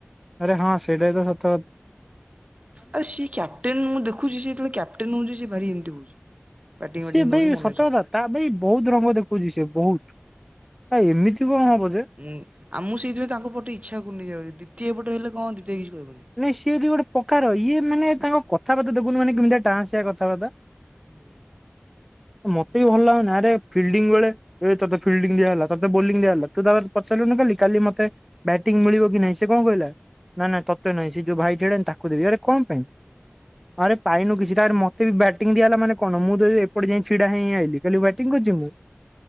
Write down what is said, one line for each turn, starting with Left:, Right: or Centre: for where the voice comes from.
Centre: ଆରେ ହଁ ସେଇଟା ତ ସତ କ
Right: ଆ ସିଏ କ୍ୟାପ୍ଟେନ ମୁଁ ଦେଖୁଛି ସେ ଯେତେବେଳେ କ୍ୟାପ୍ଟେନ ହଉଛି ସେ ଭାରି ଏମିତି ହଉଛି। ବ୍ୟାଟିଂ
Centre: ସିଏ
Right: ବ୍ୟାଟିଂ
Centre: ଭାଇ
Right: ଦଉନି ମନ
Centre: ସତ
Right: ଇଛା।
Centre: କଥା ତା ଭାଇ ବହୁତ ରଙ୍ଗ ଦେଖଉଛି ସେ ବହୁତ ଏମିତି କଣ ହବ ଯେ।
Right: ହୁଁ ଆମକୁ ସେଇଥିପାଇଁ ତାଙ୍କ ପଟେ ଇଚ୍ଛା କରୁନି ଯିବାକୁ ଦ୍ୱିତୀୟ ପଟେ ହେଲେ କଣ ତତେ କିଛି କହିବନି।
Centre: ନାଇଁ ସିଏ ଯଦି ଗୋଟେ ପ୍ରକାର ଇଏ ମାନେ ତାଙ୍କ କଥା ବାର୍ତ୍ତା ଦେଖୁନୁ କେମିତିଆ ଡ଼ାଆସିଆ କଥା ବାର୍ତ୍ତା।
Right: ହୁଁ।
Centre: ମତେ ବି ଭଲ ଲାଗୁନି ଆରେ ଫିଲ୍ଡିଂ ବେଳେ ଏଇ ତତେ ଫିଲ୍ଡିଂ ଦିଆ ହେଲା ତତେ ବୋଲିଂ ଦିଆ ହେଲା ତୁ ତାପରେ ପଚାରିଲୁନି କାଲି କାଲି ମତେ ବ୍ୟାଟିଂ ମିଳିବ କି ନାଇଁ ସେ କଣ କହିଲା? ନା ନା ତତେ ନାଇଁ ସେ ଯୋଉ ଭାଇ ଛିଡ଼ାହେଇଚନ୍ତି ତାକୁ ଦେବି ଆରେ କଣ ପାଇଁ? ଆରେ ପାଇନୁ କିଛି ତାରେ ମତେ ବି ବ୍ୟାଟିଂ ଦିଆହେଲା ମାନେ କଣ ମୁଁ ଯଦି ଏ ଏପଟେ ଯାଇଁ ଛିଡ଼ା ହେଇଁ ଆଇଲି କାଲି ବ୍ୟାଟିଂ କରଚି ମୁଁ?